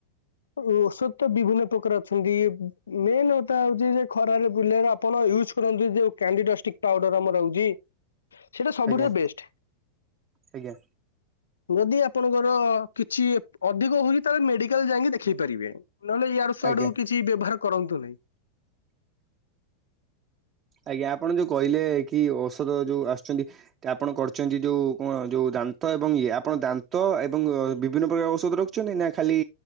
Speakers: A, on the left; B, on the right.
A: ଔଷଧ ତ ବିଭିନ୍ନ ପ୍ରକାର ଅଛନ୍ତି। ମେନେ କଥା ହଉଛି ଯେ ଖରାରେ ବୁଲେଇବା ଆପଣ ୟୁଜ କରନ୍ତୁ ଯୋଉ କ୍ୟାଣ୍ଡି ଡଷ୍ଟିକ୍ ପାଉଡର ଆମର ଆଉଛି। ସେଟା ସବୁଠାରୁ
B: ଆଜ୍ଞା
A: ବେଷ୍ଟ।
B: ଆଜ୍ଞା
A: ଯଦି ଆପଣଙ୍କର କିଛି ଅଧିକ ହଉଛି ତାହେଲେ ମେଡିକାଲ ଯାଇକି ଦେଖ ଖି ପାରିବେ ନହେଲେ ଇଆଡୁ ସୁଆଡୁ
B: ଆଜ୍ଞା
A: କିଛି ବ୍ୟବହାର କରନ୍ତୁ ନାହିଁ।
B: ଆଜ୍ଞା ଆପଣ ଯୋଉ କହିଲେ କି ଔଷଧ ଯୋଉ ଆସୁଛନ୍ତି ଆପଣ କରଛନ୍ତି ଯୋଉ କଣ ଯୋଉ ଦାନ୍ତ ଏବଂ ଇଏ ଆପଣ ଦାନ୍ତ ଏବଂ ବିଭିନ୍ନ ପ୍ରକାର ଔଷଧ ର ଚୁନି ନା ଖାଲି